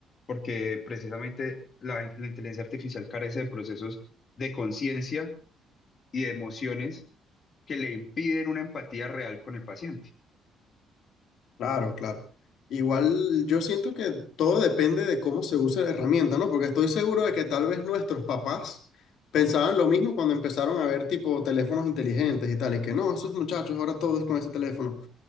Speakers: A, on the left (about 35°); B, on the left (about 60°).
A: porque precisamente la, la inteligencia artificial carece de procesos de conciencia y de emociones que le impiden una empatía real con el paciente.
B: Claro, claro. Igual yo siento que todo depende de cómo se use la herramienta, ¿no? Porque estoy seguro de que tal vez nuestros papás pensaban lo mismo cuando empezaron a ver tipo teléfonos inteligentes y tal, y que no, esos muchachos ahora todo es con ese teléfono.